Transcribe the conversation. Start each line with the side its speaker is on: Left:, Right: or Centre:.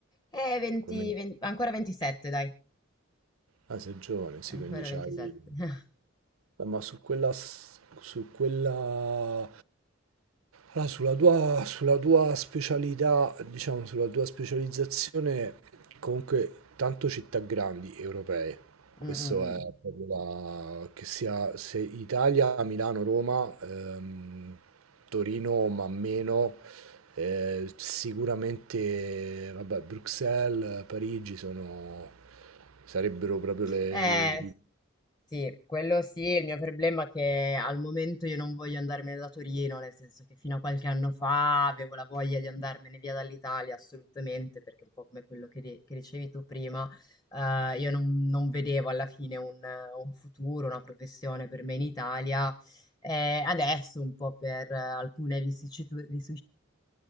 Left: Eh, 20,
Right: come...
Left: 20 ancora 27, dai.
Right: Ah, sei giovane, sì,
Left: Ancora
Right: quindi c'hai...
Left: 27. <laughs>
Right: Eh, Ma su quella... s- su quella... Allora, sulla tua, sulla tua specialità, diciamo, sulla tua specializzazione, comunque, tanto città grandi europee. Questo
Left: Mm, mm,
Right: è
Left: mm.
Right: proprio la... che sia se Italia, Milano, Roma, ehm, Torino, ma meno Eh, sicuramente, vabbè, Bruxelles, Parigi sono, sarebbero proprio le,
Left: Eh,
Right: le-
Left: Sì, quello sì, il mio problema è che al momento io non voglio andarmene da Torino, nel senso che fino a qualche anno fa avevo la voglia di andarmene via dall'Italia, assolutamente, perché un po' come quello che, di- che dicevi tu prima, eh, io non, non vedevo alla fine un, un futuro, una professione per me in Italia. Eh, adesso un po' per eh, alcune vicissitudini,